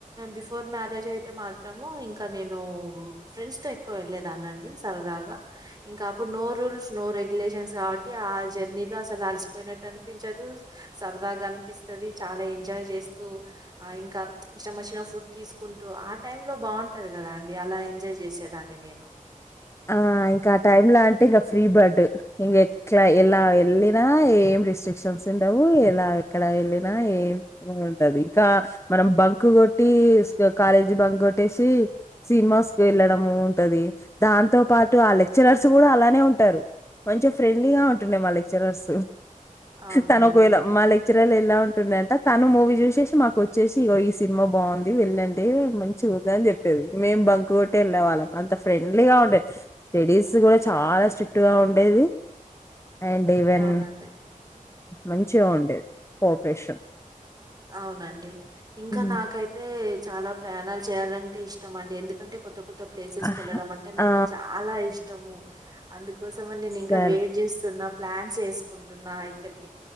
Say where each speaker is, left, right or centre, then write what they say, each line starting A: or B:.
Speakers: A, on the right; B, on the left.
A: బిఫోర్ మ్యారేజ్ అయితే మా త్రము ఇంకా నేను ఫ్రెండ్స్ తో ఎక్కువ వెళ్ళలేదాన్ని అండి సరదాగా ఇంకా అప్పుడు నోర్ రూల్స్ నో రెగ్యులేషన్స్ కాబట్టి ఆ జర్నీలో అసలు అలసిపోయినట్టు అనిపించదు సరదాగా అనిపిస్తది చాలా ఎంజాయ్ చేస్తూ ఆ ఇంకా ఇష్టం వచ్చిన ఫుడ్ తీసుకుంటూ ఆ టైంలో బాగుంటది కదా అండి అలా ఎంజాయ్ చేసేదాన్ని నేను
B: ఆ ఇంకా ఆ టైం లో అంటే ఇంకా ఫ్రీ బర్డ్ ఇంక ఎట్లా ఎలా వెళ్ళిన ఏ రెస్ట్రిక్షన్స్ ఉండవు ఎలా ఎక్కడ వెళ్ళిన ఏం ఉండదు ఇంకా మనం బంకు కొట్టి కాలేజీ బం కొట్టేసి సినిమాస్ కు వెళ్ళడం ఉంటది దాంతో పాటు ఆ లెక్చరర్స్ కూడా అలానే ఉంటారు కొంచం ఫ్రెండ్లీగా ఉంటుండే మా లెక్చరర్స్
A: అవునండి.
B: తన ఒకవేళ మా లె చరల్ ఎలా ఉంటుందంటే తను మూవీ చూసేసి మాకు వచ్చేసి ఈ సినిమా బాగుంది వెళ్ళండి మంచి చద చెప్పేది మేము బంకు కొట్టి వెళ్ళే వాళ్ళం అంత ఫ్రెం ఫ్రెండ్లీ గా ఉండే స్టడీస్ కూడా చాలా స్ట్రిక్ట్ గా ఉండేది అండ్ ఈవెన్
A: అవునండి.
B: మంచిగా ఉండేది కోఆపరేషన్
A: అవునండి ఇంకా
B: హ్మ్.
A: నాకైతే చాలా ప్రయాణలు చేయాలంటే ఇష్టం అండి ఎందుకంటే కొత్త కొత్ ప్లేసెస్కి
B: ఆహ్!
A: వెళ్లడం అంటే నాకు
B: ఆ
A: చాలా ఇష్టము అందుకు కోసమని నేను ఇంకా
B: సర్
A: వెయిట్ చేస్తున్న ప్లాన్స్ చేసుకుంటున్నా ఇక్కడికి